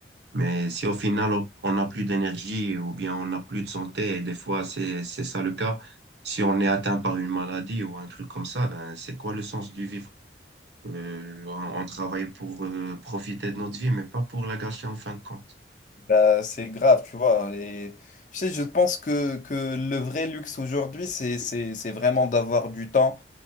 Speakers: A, on the right (about 70°); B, on the left (about 45°).
A: Mais si au final on on n'a plus d'énergie ou bien on n'a plus de santé, et des fois c'est c'est ça le cas, si on est atteint par une maladie ou un truc comme ça, ben c'est quoi le sens du vivre? Euh, on, on travaille pour euh, profiter de notre vie, mais pas pour la gâcher en fin de compte.
B: Bah, c'est grave, tu vois. Et tu sais, je pense que, que le vrai luxe aujourd'hui, c'est, c'est, c'est vraiment d'avoir du temps